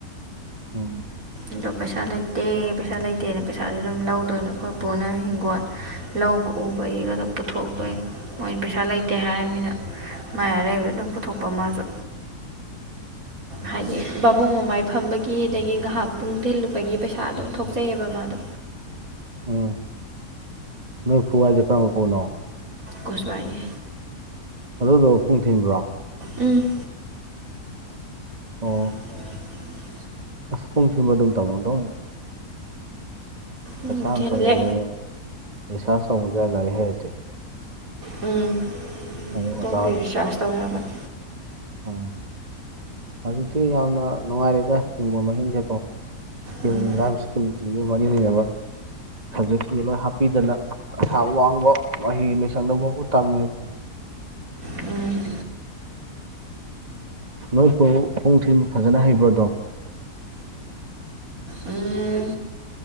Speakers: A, on the right; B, on the right.
A: ꯑꯣ
B: ꯑꯗꯣ ꯄꯩꯁꯥ ꯂꯩꯇꯦ ꯄꯩꯁꯥ ꯂꯩꯇꯦꯅ ꯄꯩꯁꯥꯖꯦ ꯑꯗꯨꯝ ꯂꯧꯗꯣꯏꯅꯣ ꯑꯩꯈꯣꯏ ꯄꯨꯅ ꯍꯤꯡꯒꯣꯟ ꯂꯧꯒ ꯎꯕꯩ ꯒꯗꯣ ꯄꯨꯊꯣꯛꯇꯣꯏ ꯃꯣꯏ ꯄꯩꯁꯥ ꯂꯩꯇꯦ ꯍꯥꯏꯔꯃꯤꯅ ꯃꯥꯏ ꯑꯔꯩꯕ ꯑꯗꯨꯝ ꯄꯨꯊꯣꯛꯄ ꯃꯥꯖꯨ
A: ꯇꯥꯕ ꯉꯝꯗꯕ
B: ꯍꯥꯏꯗꯤ ꯕꯥꯕꯣꯛ ꯃꯃꯥꯏ ꯐꯝꯕꯒꯤ ꯑꯗꯒꯤ ꯉꯍꯥꯛ ꯄꯨꯡ ꯊꯤꯜꯂꯨꯕꯒꯤ ꯄꯩꯁꯥ ꯑꯗꯨꯝ ꯊꯣꯛꯆꯩꯑꯕ ꯃꯥꯗꯣ
A: ꯎꯝ ꯅꯣꯏ ꯄꯨ ꯍꯥꯏꯖꯦ ꯀꯔꯝꯕ ꯄꯨꯅꯣ
B: ꯀꯣꯁꯤꯕꯥꯏꯒꯤ
A: ꯑꯗꯨꯗꯣ ꯄꯨꯡ ꯊꯤꯟꯕ꯭ꯔꯣ
B: ꯎꯝ
A: ꯑꯣ
B: ꯂꯧꯁꯤꯟꯕ ꯉꯝꯗꯕ
A: ꯑꯁ ꯄꯨꯡ ꯊꯤꯟꯕ ꯗꯨꯝ ꯇꯝꯃꯝꯗꯧꯅꯤꯗ ꯄꯩꯁꯥ
B: ꯎꯝ
A: ꯌꯥꯝ
B: ꯊꯤꯜꯂꯦ
A: ꯊꯣꯛꯑꯦ ꯑꯗꯨꯒ ꯔꯤꯁꯥꯔꯁ ꯇꯧꯕꯖꯨ ꯌꯥꯏ ꯂꯥꯏꯔꯤꯛ ꯍꯩꯔꯗꯤ
B: ꯎꯝ
A: ꯑꯗꯨ ꯑꯣꯖꯥ
B: ꯄꯨꯡꯒꯤ ꯔꯤꯆꯥꯔꯁ ꯇꯧ ꯌꯥꯕꯅꯤ
A: ꯑꯥ ꯍꯧꯖꯤꯛꯇꯤ ꯌꯥꯝꯅ ꯅꯨꯡꯉꯥꯏꯔꯦꯗ ꯍꯤꯡꯕ ꯃꯍꯤꯡꯖꯦꯀꯣ ꯀꯤꯜ
B: ꯎꯝ
A: ꯂꯥꯏꯕ ꯁ꯭ꯀꯤꯜ ꯖꯤꯒ ꯃꯔꯤ ꯂꯩꯅꯕ ꯁꯕꯖꯦꯛꯁꯤꯡꯖꯦ ꯂꯣꯏ ꯍꯥꯞꯄꯤꯗꯅ ꯊꯥꯛ ꯋꯥꯡꯕ ꯃꯍꯩ ꯂꯣꯏꯁꯪꯗ ꯕꯥꯎꯕ ꯇꯝꯃꯦꯕ
B: ꯎꯝ
A: ꯅꯣꯏꯄꯨꯕꯨ ꯄꯨꯡ ꯊꯤꯟꯕ ꯐꯖꯅ ꯍꯩꯕ꯭ꯔꯣ ꯑꯗꯨꯝ
B: ꯎꯝ